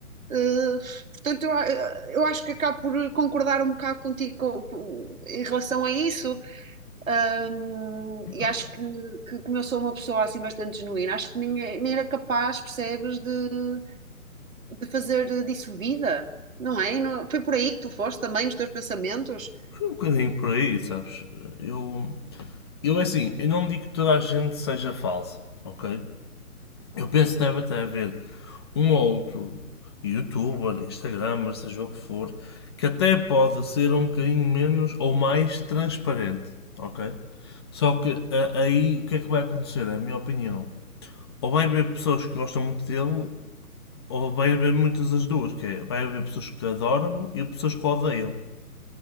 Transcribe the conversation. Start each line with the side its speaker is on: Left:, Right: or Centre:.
Right: Uh, portanto, eu, eu acho que acabo por concordar um bocado contigo com- com- em relação a isso, Um, e
Left: Pá,
Right: acho que, que como eu sou uma pessoa assim bastante genuína, acho que ninguém, nem era capaz, percebes, de, de fazer disso vida, não é? Não- foi por aí que tu foste também nos teus pensamentos?
Left: foi um bocadinho por aí, sabes? Eu, eu é assim, eu não digo que toda a gente seja falsa, ok? Eu penso que deve até haver um ou outro youtuber, instagramer, seja o que for, que até pode ser um bocadinho menos ou mais transparente, ok? Só que a- aí o que é que vai acontecer? É a minha opinião. ou vai haver pessoas que gostam muito dele, ou vai haver muitas das duas, que é, vai haver pessoas que adoram e pessoas que o odeiam.